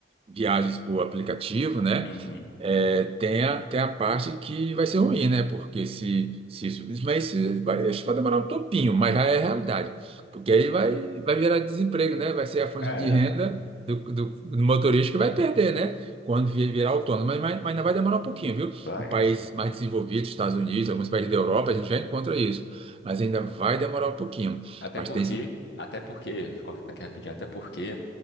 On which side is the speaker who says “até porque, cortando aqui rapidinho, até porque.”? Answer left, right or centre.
Left